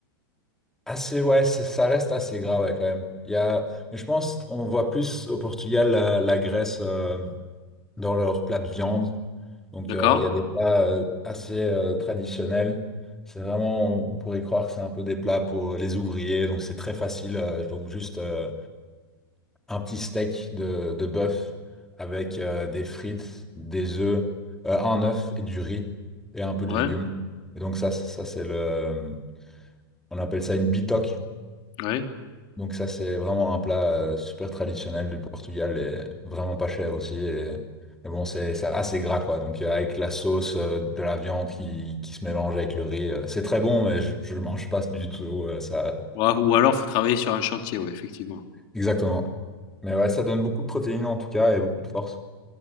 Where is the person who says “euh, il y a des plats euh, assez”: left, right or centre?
Centre